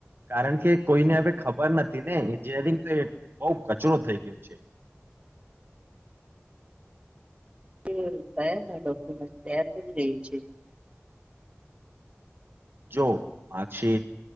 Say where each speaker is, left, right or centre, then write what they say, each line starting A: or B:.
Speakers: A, on the right (about 50°); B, on the right (about 25°).
A: કારણ કે કોઈને હદ ખબર નથી ને એન્જિનયરિંગ તો એ બઉ કચરો થઈ ગયો છે.
B: એ કયા ડોક્યુમેન્ટ તૈયાર કરી રહ્યું છે,
A: જો marksheet